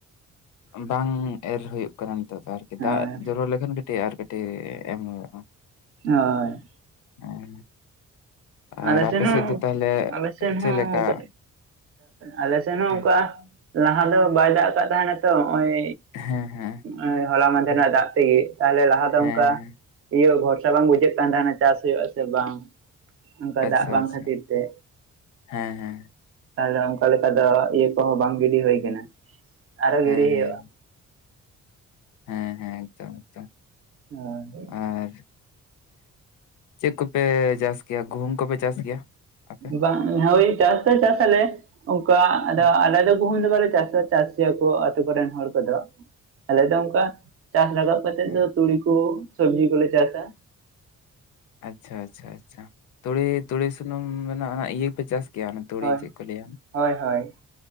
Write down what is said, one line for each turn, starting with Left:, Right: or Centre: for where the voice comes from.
Left: ᱵᱟᱝ ᱮᱨ ᱦᱩᱭᱩᱜ ᱠᱟᱱᱟ ᱱᱤᱛᱚᱜ ᱫᱚ ᱟᱨᱼᱼ ᱫᱟᱜ
Right: ᱦᱳᱭ
Left: ᱡᱚᱨᱚ ᱞᱮᱠᱷᱟᱱ ᱠᱟᱹᱴᱤᱡ ᱟᱨ ᱠᱟᱹᱴᱤᱡ ᱮᱢ ᱦᱩᱭᱩᱜᱼᱟ।
Right: ᱦᱳᱭ
Left: ᱦᱮᱸ
Right: ᱟᱞᱮ
Left: ᱟᱨ ᱟᱯᱮ
Right: ᱥᱮᱱ ᱦᱚᱸ
Left: ᱥᱮᱫ ᱫᱚ ᱛᱟᱦᱟᱞᱮ
Right: ᱟᱞᱮ ᱥᱮᱱ
Left: ᱪᱮᱫ
Right: ᱦᱚᱸ
Left: ᱞᱮᱠᱟ?
Right: ᱚᱱᱠᱟ ᱟᱞᱮ ᱥᱮᱱ ᱦᱚᱸ
Left: ᱦᱮᱸ
Right: ᱚᱱᱠᱟ ᱞᱟᱦᱟ ᱫᱚ ᱵᱟᱭ ᱫᱟᱜ ᱟᱠᱟᱫ ᱛᱟᱦᱮᱱᱟ ᱛᱚ᱾ ᱱᱚᱼᱜᱚᱭᱼᱼ
Left: ᱦᱮᱸ ᱦᱮᱸ
Right: ᱚ ᱦᱚᱞᱟ ᱢᱟᱦᱫᱷᱮᱨ
Left: ᱦᱮᱸ
Right: ᱨᱮᱱᱟᱜ ᱫᱟᱜ ᱛᱮᱜᱮ᱾ ᱛᱟᱦᱟᱞᱮ ᱞᱟᱦᱟ ᱫᱚ
Left: ᱦᱮᱸ
Right: ᱚᱱᱠᱟᱼᱼ ᱤᱭᱟᱹ ᱵᱷᱚᱨᱥᱟ ᱵᱟᱝ ᱵᱩᱡᱷᱟᱹᱜ ᱠᱟᱱ ᱛᱟᱦᱮᱱᱟ ᱪᱟᱥ ᱦᱩᱭᱩᱜᱼᱟ ᱥᱮ ᱵᱟᱝ। ᱚᱱᱠᱟ
Left: ᱟᱪᱪᱷᱟ
Right: ᱫᱟᱜ ᱵᱟᱝ
Left: ᱟᱪᱪᱷᱟ
Right: ᱠᱷᱟᱹᱛᱤᱨ ᱛᱮ᱾
Left: ᱦᱮᱸ ᱦᱮᱸ
Right: ᱛᱟᱦᱚᱞᱮ ᱚᱱᱠᱟ ᱞᱮᱠᱟ ᱫᱚ ᱤᱭᱟᱹ ᱠᱚᱦᱚᱸ ᱵᱟᱝ ᱜᱤᱰᱤ ᱦᱩᱭ ᱠᱟᱱᱟ᱾ ᱟᱨᱦᱚᱸ
Left: ᱦᱮᱸ
Right: ᱜᱤᱰᱤ ᱦᱩᱭᱩᱜᱼᱟ।
Left: ᱦᱮᱸ ᱦᱮᱸ ᱮᱠᱫᱚᱢ ᱮᱠᱫᱚᱢ।
Right: <unintelligible>
Left: ᱟᱨ ᱪᱮᱫ ᱠᱚᱯᱮ ᱪᱟᱥ ᱜᱮᱭᱟ? ᱜᱩᱦᱩᱢ ᱠᱚᱯᱮ ᱪᱟᱥ ᱜᱮᱭᱟ? ᱟᱯᱮ
Right: ᱵᱟᱝ ᱦᱳᱭ ᱪᱟᱥ ᱫᱚ ᱪᱟᱥ ᱟᱞᱮ ᱚᱱᱠᱟ ᱟᱫᱚ
Left: ᱦᱮᱸ
Right: ᱟᱞᱮ ᱫᱚ ᱜᱩᱦᱩᱢ ᱫᱚ ᱵᱟᱞᱮ ᱪᱟᱥᱟ᱾ ᱪᱟᱥᱼᱼ ᱠᱩᱥᱤᱭᱟᱠᱚ ᱟᱛᱩ ᱠᱚᱨᱮᱱ ᱦᱚᱲ ᱠᱚᱫᱚ᱾ ᱟᱞᱮ ᱫᱚ ᱚᱱᱠᱟ ᱪᱟᱥ ᱞᱟᱜᱟᱣ ᱠᱟᱛᱮᱫ
Left: ᱦᱮᱸ
Right: ᱫᱚ ᱛᱩᱲᱤ ᱠᱚᱼᱼ ᱥᱚᱵᱡᱤ ᱠᱚ ᱞᱮ ᱪᱟᱥᱟ।
Left: ᱟᱪᱪᱷᱟ ᱟᱪᱪᱷᱟ ᱟᱪᱪᱷᱟ ᱛᱩᱲᱤ ᱛᱩᱲᱤ ᱥᱩᱱᱩᱢ ᱨᱮᱱᱟᱜ ᱚᱱᱟ ᱤᱭᱟᱹ ᱯᱮ ᱪᱟᱥᱼᱼ ᱜᱮᱭᱟ ᱚᱱᱟ ᱛᱩᱲᱤ
Right: ᱦᱳᱭ
Left: ᱪᱮᱫ ᱠᱚ ᱞᱟᱹᱭᱟ?
Right: ᱦᱳᱭ ᱦᱳᱭ